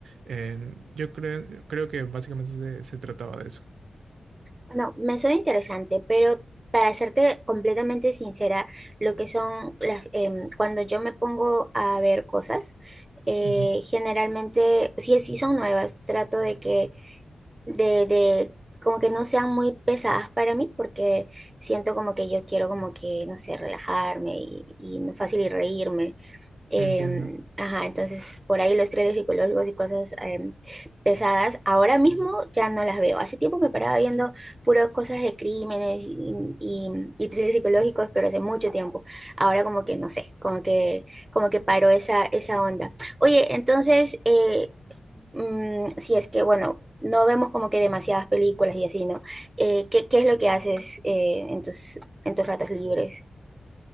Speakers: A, on the right (about 85°); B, on the right (about 25°).
A: En- yo creo, creo que básicamente se, se trataba de eso.
B: Bueno, me suena interesante, pero para serte completamente sincera, lo que son las, em, cuando yo me pongo a ver cosas, eh,
A: Ujú,
B: generalmente, si, si son nuevas, trato de que, de, de, como que no sean muy pesadas para mí, porque siento como que yo quiero como que, no sé, relajarme y, y fácil y reírme. Em,
A: Entiendo.
B: ajá, entonces por ahí los thrillers psicológicos y cosas em, pesadas, ahora mismo ya no las veo. Hace tiempo me paraba viendo puras cosas de crímenes y, y, y thrillers psicológicos, pero hace mucho tiempo. Ahora como que no sé, como que, como que paró esa, esa onda. Oye, entonces, eh, mm, si es que, bueno, no vemos como que demasiadas películas y así, ¿no? Eh, ¿qué, qué es lo que haces eh, en tus, en tus ratos libres?